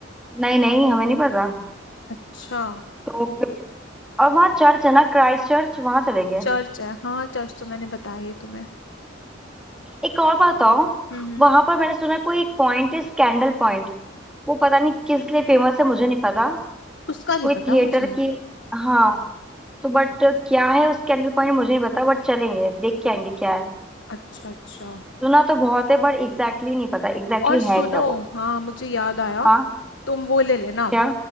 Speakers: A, in the centre; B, on the left.
A: नहीं नहीं हमें नहीं पता
B: अच्छा
A: तो फिर और वहाँ चर्च है ना क्राइस्ट चर्च वहाँ चलेंगे
B: चर्च है हाँ चर्च तो मैंने बताया ही तुम्हें
A: एक और बात बताओ
B: हम्म हम्म
A: वहां पर मैंने सुना है कोई एक पॉइंट है स्कैंडल वो पता नहीं किस लिए फेमस है मुझे नहीं पता
B: उसका नहीं
A: कोई
B: पता
A: थिएटर
B: मुझे
A: की हाँ तो बट क्या है उसके अंदर पॉइंट मुझे नहीं पता बट चलेंगे देख के आएंगे क्या है
B: अच्छा अच्छा
A: सुना तो बहुत है पर एग्जैक्टली नहीं पता एग्जैक्टली
B: और सुनो
A: है क्या वो
B: हाँ मुझे याद आया
A: हाँ
B: तुम वो ले लेना
A: क्या